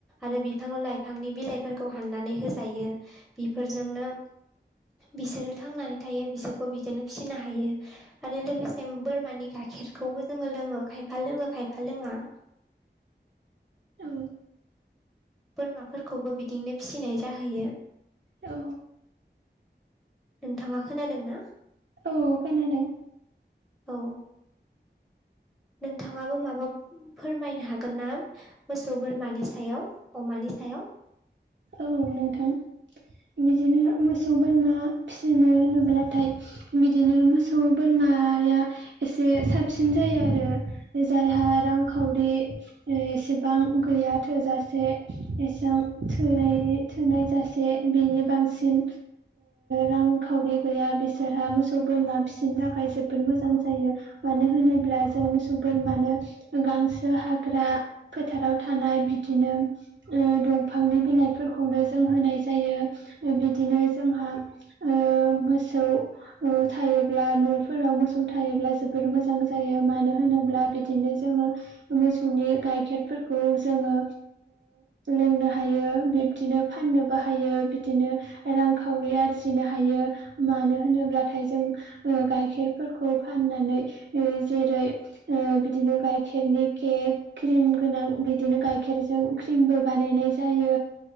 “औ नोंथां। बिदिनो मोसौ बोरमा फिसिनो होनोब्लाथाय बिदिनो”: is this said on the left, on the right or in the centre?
Right